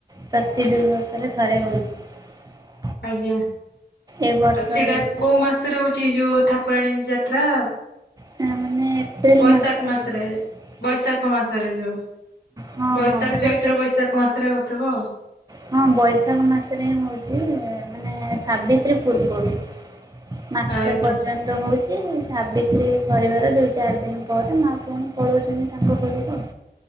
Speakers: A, on the right (about 20°); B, on the left (about 80°).
A: ପ୍ରତି ଦୁଇ ବର୍ଷରେ ଥରେ ହେଉଛି।
B: ଆଜ୍ଞା। ଆଉ
A: ଏ ବର୍ଷ
B: ସେଇଟା
A: ହେଇଥିଲା
B: କୋଉଁ ମାସରେ ହେଉଚି। ଯୋଉଁ ଠାକୁରାଣୀ ଯାତ୍ରା।
A: ହଁ । ମାନେ ଏପ୍ରିଲ
B: ବୈଶାଖ ମାସରେ
A: ହେଇଥାଉଛି
B: ।ବୈଶାଖ ମାସରେ ଯୋଉଁ।
A: ହଁ
B: ବୈଶାଖ
A: ହଁ ମାନେ
B: ଚୈତ୍ର, ବୈଶାଖ ମାସରେ ହଉଥିବ ଆଉ।
A: ହଁ ।ବୈଶାଖ ମାସରେ ହ୍ନି ହଉଛି। ମାନେ ସାବିତ୍ରୀ ପୂର୍ବରୁ ।ମାସେ
B: ଆଜ୍ଞା
A: ପର୍ଯ୍ୟନ୍ତ ହଉଛି। ଯେ ସାବିତ୍ରୀ ସରିବାର ଦୁଇ ଚାରି ଦିନ ପରେ ମାଆ ପୁଣି ପଳାଉଛନ୍ତି ତାଙ୍କ ଘରକୁ।